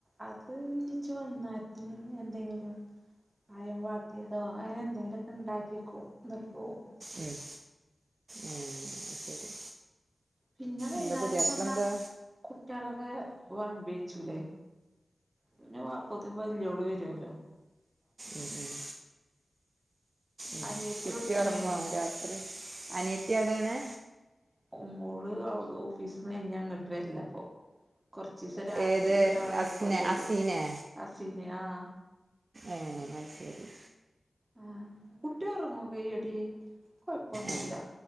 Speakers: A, on the right; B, on the right.
A: അത് ഇച്ച് വൈകുന്നേരത്തിന് എന്തെങ്കിലും <unintelligible> അങ്ങനെ എന്തെങ്കിലും ഉണ്ടാക്കിയ വക്കും എന്നിട്ട് പോകവും
B: ഉം ഉ ശരി
A: പിന്നെ വൈന്നേര്ത്ത്
B: എന്താ പുതിയാപ്പിളെന്താ
A: വന്നാ കുട്ട്യേളൊക്കെ അഹ്‌ വൾബി ബേയ്ച്ചുലേ പിന്നെ അപ്പോത്തിൻ വല്യോള് വര്വോല്ലോ
B: ഉം ഉം ഉം
A: അനിയത്തി
B: കുട്ടി
A: ഇവിടെ തന്നെയാണേ
B: ഒർങ്ങോ രാത്രി അനിയത്തി അയുടെയാണ്
A: ഉം ഓള് അയു ഓഫീസിന്ന് കയിഞ്ഞാ ങ്ങട്ട് വര്ലാ ഇപ്പോ കൊർച്ചിസം രാത്രി
B: ഏത്
A: ഒരാളായ്ക്കോട്ടെ
B: അസ്നെ അസീനെ
A: ത് അസീന്യോ ആ ആ
B: ഏ അയ്ശെരി
A: ആ കുട്ട്യ ഒർങ്ങും വേം എടി കൊയപ്പൊന്നൂല്യാ
B: ഏ,